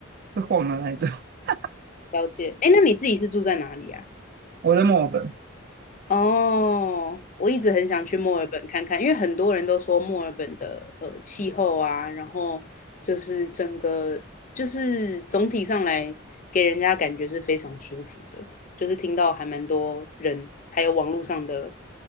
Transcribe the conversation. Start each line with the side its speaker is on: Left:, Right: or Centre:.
Right: 会晃的那一种。<laughs>
Left: 了解。哎，那你自己是住在哪里啊？
Right: 我在墨尔本
Left: 哦，我一直很想去墨尔本看看，因为很多人都说墨尔本的呃气候啊，然后就是整个就是总体上来给人家感觉是非常舒服的，就是听到还蛮多人，还有网络上的，